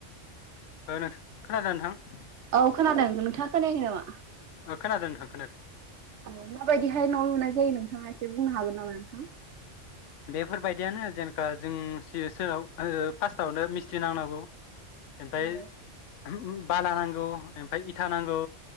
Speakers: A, on the left; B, on the right.
A: ओ नो खोनादोना नोंथां?
B: औ खोनादों नोंथांङा खोनायाखै नामा?
A: ओ खोनादो नोंथां खोनादों ।
B: औ माबायदि हाय न' लुनाय जायो नोंथांङा एसे बुंनो हागोन नामा? हो
A: बेफोरबायदियानो जेनेका जों सि सोराव ओ फास्तावनो मिस्ट्रि नांनांगौ। ओमफ्राय
B: औ
A: होम बाला नांगौ ओमफाय इथा नांगौ,